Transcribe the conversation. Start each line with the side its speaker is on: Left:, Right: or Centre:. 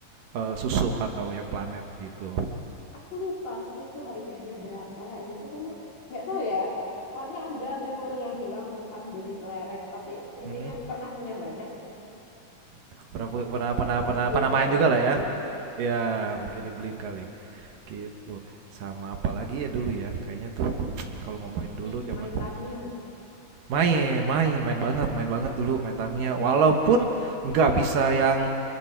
Right: eh, susu atau yang planet gitu.
Left: Aku lupa sih itu harganya berapa kayak gitu karena nggak tahu ya. Pokoknya ada memori yang hilang tentang beli kelereng, tapi intinya
Right: Mm-mm.
Left: pernah punya banyak.
Right: Pernah, pernah
Left: Nggak
Right: pernah
Left: tahu apa
Right: pernah
Left: dibeliin
Right: pernah main juga
Left: kali
Right: lah ya.
Left: ya dulu.
Right: Ya,
Left: Mm-mm.
Right: mungkin dibeliin kali. Gitu, sama apalagi ya dulu ya, kayaknya tuh <tsk> kalau ngomongin dulu
Left: Nih,
Right: zaman
Left: main Tamiya nggak?
Right: main, main, main banget, main banget dulu main Tamiya. Walaupun nggak bisa yang,